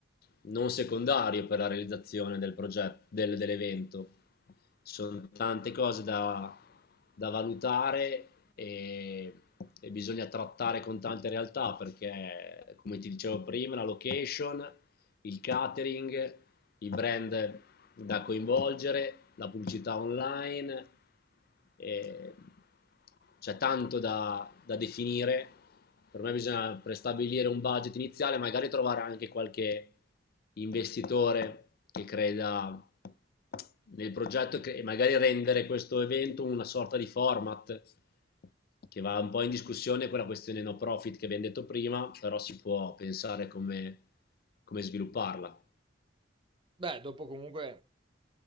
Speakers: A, on the left (about 55°); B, on the right (about 25°).
A: non secondario per la realizzazione del progetto, del- dell'evento. Sono tante cose da, da valutare e, e bisogna trattare con tante realtà perché, come ti dicevo prima, la location, il catering, i brand da coinvolgere, la pubblicità online, e c'è tanto da, da definire per me bisogna prestabilire un budget iniziale, magari trovare anche qualche investitore che creda nel progetto e magari rendere questo evento una sorta di format che va un po' in discussione con la questione no profit che abbiamo detto prima, però si può pensare come, come svilupparla.
B: Beh, dopo comunque